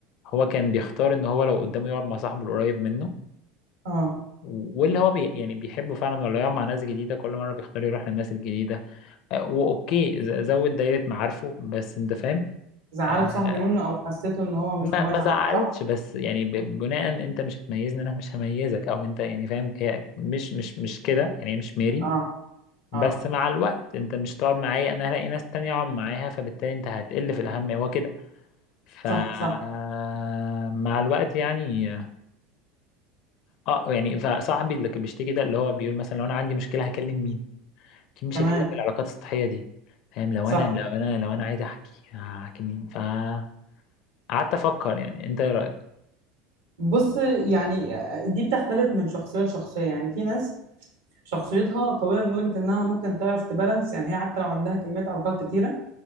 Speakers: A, on the left; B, on the right.
A: هو كان بيختار إن هو لو قدامه يقعد مع صاحبه القريب منه
B: اه
A: واللي هو بي يعني بيحبه فعلا ولا يقعد مع ناس جديدة كل مرة بيختار يروح للناس الجديدة آه، وأوكي ز- زود دايرة معارفه بس أنت فاهم
B: زعلت
A: آه،
B: صاحبه منه او حسيته ان هو مش
A: ما
B: مميز
A: ما زعلتش
B: عنه صح
A: بس يعني ب- بناء أنت مش هتميزني أنا مش هميزك أو أنت يعني فاهم هي مش مش مش كده يعني هي مش ميري
B: اه
A: بس
B: اه
A: مع الوقت أنت مش تقعد معايا أنا هلاقي ناس تانية أقعد معاها فبالتالي أنت هتقل في الأهمية هو كده فمع
B: صح صح
A: الوقت يعني اه يعني فصاحبي اللي كان بيشتكي ده اللي هو بيقول مثلا لو انا عندي مشكله هكلم مين؟ اكيد مش
B: تمام
A: هكلم العلاقات السطحيه دي فاهم لو
B: صح
A: انا لو انا لو انا عايز احكي هحكي مين؟ فقعدت افكر يعني انت ايه رايك؟
B: بص يعني آه، دي بتختلف من شخصيه لشخصيه يعني في ناس شخصيتها قويه لدرجه انها ممكن تعرف تبالانس يعني هي حتى لو عندها كميه علاقات كتيره